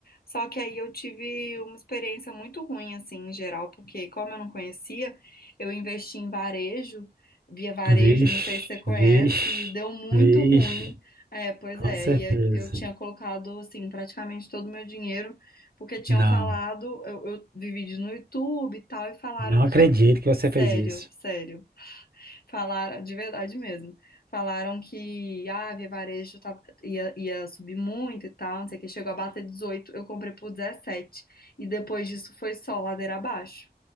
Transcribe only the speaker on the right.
Vixe,
vixe,
vixe,
com
certeza.
Não,
não acredito
que você
fez isso.